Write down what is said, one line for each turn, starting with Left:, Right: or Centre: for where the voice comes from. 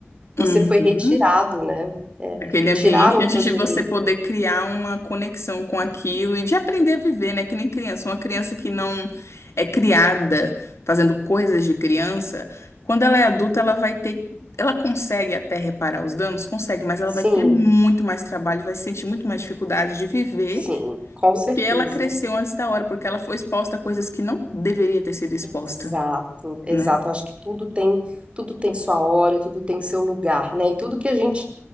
Right: você
Left: Uhum.
Right: foi retirado, né? É,
Left: Aquele ambiente
Right: tiraram o
Left: antes
Right: teu
Left: de
Right: direito.
Left: você poder criar uma conexão com aquilo e de aprender a viver, né? Que nem criança. Uma criança que não é criada fazendo coisas de criança, quando ela é adulta, ela vai ter. Ela consegue até reparar os danos? Consegue, mas ela
Right: Sim,
Left: vai ter muito mais trabalho, vai sentir muito mais dificuldade de viver,
Right: sim, com
Left: porque
Right: certeza.
Left: ela cresceu antes da hora, porque ela foi exposta a coisas que não deveria ter sido exposta,
Right: Exato, exato.
Left: né?
Right: Eu acho que tudo tem, tudo tem sua hora, tudo tem seu lugar, né? E tudo que a gente,